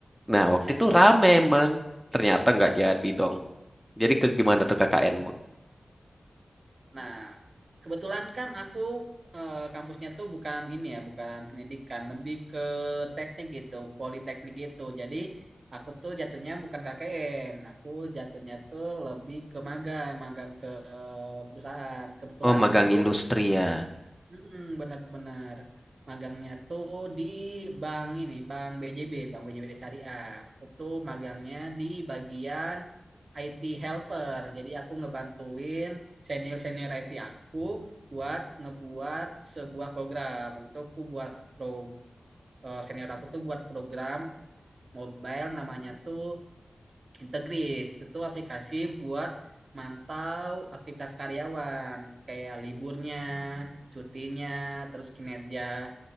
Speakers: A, in the centre; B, on the right.
A: Nah waktu
B: Iya
A: itu
B: sih
A: rame
B: emang.
A: emang, ternyata nggak jadi dong. Jadi ke gimana
B: Iya.
A: tuh KKNmu?
B: Nah, kebetulan kan aku eh, kampusnya tuh bukan ini ya, bukan pendidikan, lebih ke teknik gitu, politeknik gitu. Jadi aku tuh jatuhnya bukan KKN, aku jatuhnya tuh lebih ke magang, magang ke eh, perusahaan. Kebetulan
A: Oh magang
B: aku tuh
A: industri ya,
B: Mm-mm, benar-benar magangnya tuh di bank ini, Bank BJB, Bank BJB Syariah. Aku tuh magangnya di bagian IT helper. Jadi aku ngebantuin senior-senior IT aku buat ngebuat sebuah program. Waktu itu aku buat pro, eh, senior aku tuh buat program mobile namanya tuh Integris itu tuh aplikasi buat mantau aktivitas karyawan kayak liburnya, cutinya, terus kinerja